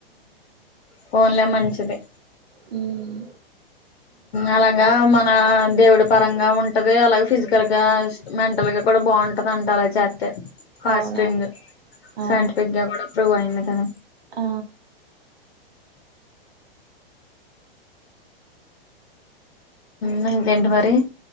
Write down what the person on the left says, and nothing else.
పోన్లా మంచింది
అలాగా మన దేవుడి పరంగా ఉంటది అలాగ ఫిజికల్ గా మెంటల్ గా కూడా బాగుంటది దంట అలా చేస్త హాస్టంగ్
సైంటిఫిక్ గా కూడా ఇప్పుయిందుక
నం గెంట మరి